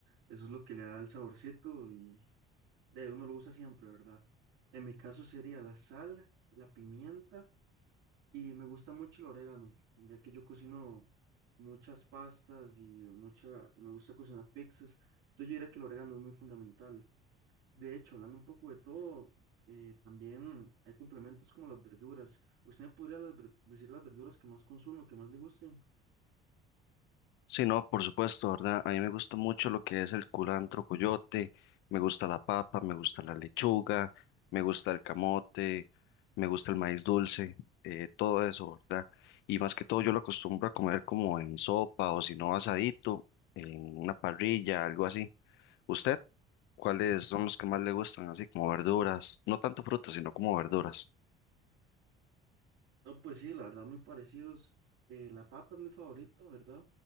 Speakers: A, on the right (about 85°); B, on the left (about 80°).
A: Eso es lo que le da el saborcito y de ahí uno lo usa siempre, ¿verdad? En mi caso sería la sal, la pimienta y me gusta mucho el orégano, ya que yo cocino muchas pastas y mucha, me gusta cocinar pizzas. Entonces yo diría que el orégano es muy fundamental. De hecho, hablando un poco de todo, eh, también hay complementos como las verduras. ¿Usted me podría las ver- decir las verduras que más consume o que más le gusten?
B: Sí, no, por supuesto, ¿verdad? A mí me gusta mucho lo que es el culantro coyote, me gusta la papa, me gusta la lechuga, me gusta el camote, me gusta el maíz dulce, eh, todo eso, ¿verdad? Y más que todo yo lo acostumbro a comer como en sopa o si no asadito, en una parrilla, algo así. ¿Usted cuáles son los que más le gustan? Así como verduras, no tanto frutas, sino como verduras.
A: No, pues sí, la verdad, muy parecidos. Eh, la papa es mi favorita, ¿verdad?